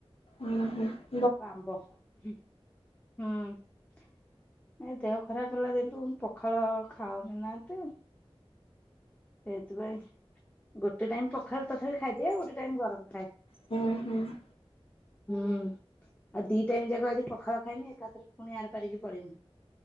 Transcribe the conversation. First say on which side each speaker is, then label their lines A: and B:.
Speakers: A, on the left; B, on the left.
A: ଉଁ ହୁଁ ।
B: ଆମ୍ବ ହୁଁ ହୁଁ । ନାଇ ଦେହ ଖରାପ ହେଲା ଦିନଠୁ ମୁଁ ପଖାଳ ଖାଉନି ନା ଏତେ । ସେଇଥିପାଇଁ ଗୋଟେ ଟାଇମ ପଖାଳ ତଥାପି ଖାଇଦିଏ ଗୋଟେ ଟାଇମ ଗରମ ଖାଏ ।
A: ହୁଁ ହୁଁ ।
B: ହୁଁ ଆଉ ଦି ଟାଇମ ଯାକ ଆଜି ପଖାଳ ଖାଇମି ଏକାଥରେ ପୁଣି ଆର ପାରିକି ପଳେଇମି ।